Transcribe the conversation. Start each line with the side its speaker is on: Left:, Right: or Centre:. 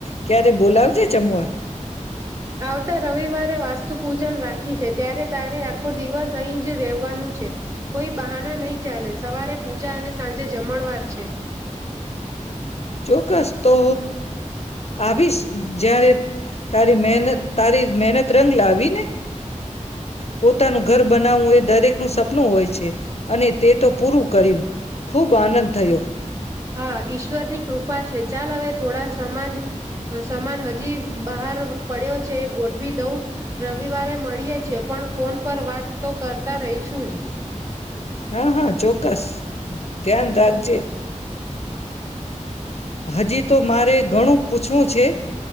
Left: ક્યારે બોલાવજે જમવા
Right: આવતા રવિવારે વાસ્ત.. પૂજન રાખી છે ત્યારે તારે આખો દિવસ અહી જ રેવાનું છે. કોઈ બહાના નહી ચાલે સવારે પૂજા અને સાંજે જમણવાર છે.
Left: ચોક્કસ તો.. આવીશ. જ્યારે તારી મહેનત તારી મહેનત રંગ લાવી ને! પોતાનું ઘર બનાવવું એ.. દરેક નું સપનું હોય છે.. અને તે તો પૂરું કર્યું ખૂબ આનંદ થયો..
Right: હા ઈશ્વરની કૃપા છે. ચાલ, હવે થોડા સામાન હજી બહાર પડ્યો છે ગોઠવી દઉં. રવિવારે મળીએ છે પણ ફોન પર વાત તો કરતા રહીશું જ
Left: હા.. હા.. ચોક્કસ. ધ્યાન રાખજે. હજી તો મારે ઘણું પૂછવું છે..